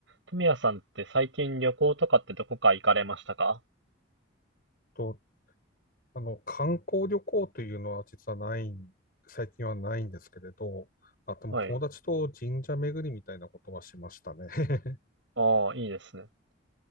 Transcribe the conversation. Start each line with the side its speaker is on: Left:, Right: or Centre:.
Right: 富谷さんって最近旅行とかってどこか行かれましたか
Left: と、あの、観光旅行というのは実はないん、最近はないんですけれど、あ、でも友達と神社巡りみたいなことはしましたね。
Right: はい。
Left: <laughs>
Right: ああ、いいですね。